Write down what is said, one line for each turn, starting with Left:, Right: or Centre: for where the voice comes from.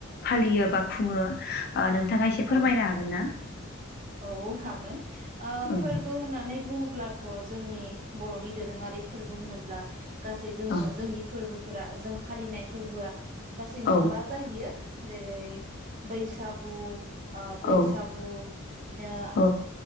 Left: फालियो बा खुङो नोंथाङा एसे फोरमायनो
Right: औ
Left: हागोन ना?
Right: औ हागोन ओ
Left: औ
Right: फोरबो होननानै बुङोब्ला थ' जोंनि बर'नि दोरोङारि फोरबो होनोब्ला गासै जोङो
Left: औ
Right: जोंनि फोरबो फोरा जों फालिनाय फोरबोआ गासै मोनबा
Left: औ
Right: जाहैयो जेरै बैसागु गु ओ बैसागु
Left: औ
Right: बिदिनो
Left: औ